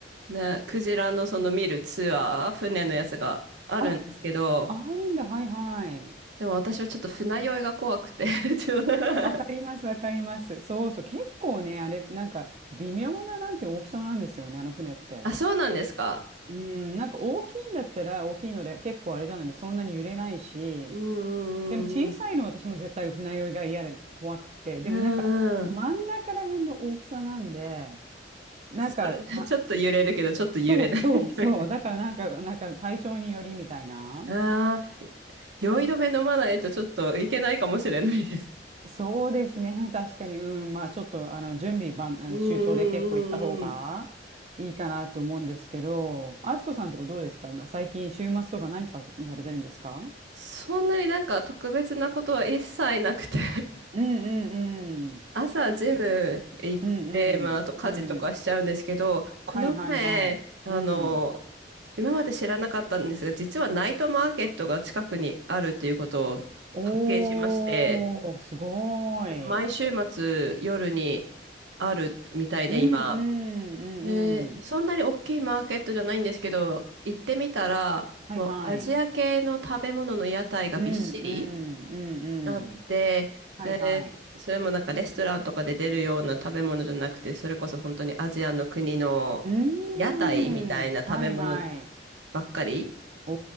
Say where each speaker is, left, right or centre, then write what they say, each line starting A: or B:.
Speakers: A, on the right; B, on the right.
A: ね、クジラのその見るツアー、船のやつがあるんですけど、
B: あ、あるんだ。はいはい。
A: でも私はちょっと船酔いが怖くて <laughs> ちょっと <laughs>
B: わかります。わかります。そうそう。結構ね、あれ、なんか微妙ななんて大きさなんですよね、あの船って。
A: あ、そうなんですか。
B: うん、なんか大きいんだったら大きいので結構あれじゃないでそんなに揺れないし、
A: うんうんうんうん。
B: でも小さいのは私も絶対船酔いが嫌で怖くて、でもなんか真ん中ら辺の大きさなんで、
A: うんうん。
B: なんかた、
A: ちそれ、<laughs> ちょっと揺れるけど、ちょっと揺れない
B: そうそうそう、
A: <laughs> みたいな。
B: だからなんか、なんか体調によりみたいな。
A: ああ、酔い止め飲まないとちょっといけないかもしれないです。
B: そうですね、確かに、うん、まあちょっとあの準備万、あの周到で結構行った方が
A: うんうんうんうん。
B: いいかなと思うんですけど、あつこさんとかどうですか最近週末とか何さ、されてるんですか
A: そんなになんか特別なことは一切なくて
B: うんうんうん。
A: <laughs> 朝ジム行って、
B: うんうんうん。
A: まああと家事とかしちゃうんですけど、この前、
B: はいはいはい。
A: あの、
B: うん。
A: 今まで知らなかったんですが、実はナイトマーケットが近くにあるっていうことを発見しまして、
B: おー、すごい。
A: なんか毎週末夜にあるみたいで今。
B: うんうんうんうん。
A: えーそんなに大きいマーケットじゃないんですけど、行ってみたら、
B: はいはい。
A: もうアジア系の食べ物の屋台がびっしり
B: うんうんうんうん。
A: あって、
B: はいはい。
A: えーそれもなんかレストランとかで出るような食べ物じゃなくて、それこそ本当にアジアの国の
B: うーん。
A: 屋台みたいな食べ物
B: はいはい。
A: ばっかり。
B: お